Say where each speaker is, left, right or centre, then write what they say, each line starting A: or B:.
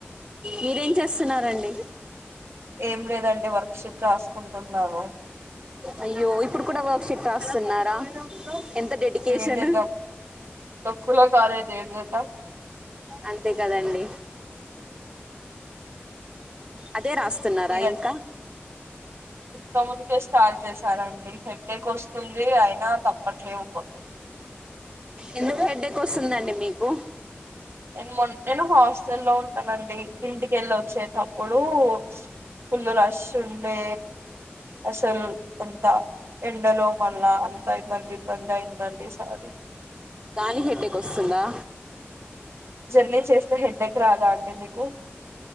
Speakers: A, on the right; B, on the right.
A: మీరేం చేస్తున్నారండి
B: ఏం లేదండి వర్క్క్షిప్ రాసుకుంటున్నాను
A: అయ్యో ఇప్పుడు కూడా వర్క్ షిప్ రాస్తున్నారా ఎంత డెడికేషన్
B: ఏం చేద్దాం తక్కువలో కాలేజ్ ఏం చేద్దాం
A: అంతే కదండి అదే రాస్తున్నారా
B: మీరు
A: ఇంకా
B: ఇంత ముందుకే స్టార్ట్ చేసారండి మీ హెడేక్ వస్తుంది అయినా తప్పట్లేవు కొన్ని
A: ఎందుకు హెడ్డేక్ వస్తుందండి మీకు
B: నేను మ నేను హాస్టలో ఉంటానండి ఇంటికెళ్ళి వచ్చేటప్పుడు ఫుల్ల రష్ అంటే అసలు కొంత ఎండలో మళ్ళా అంతా ఇబ్బంది ఇబ్బంది అయింద అండి ఇ సారి
A: దానిహెడ్డకి వస్తుందా
B: జర్నీ చేస్తే హెడ్డెక్ రాదా అంటే మీకు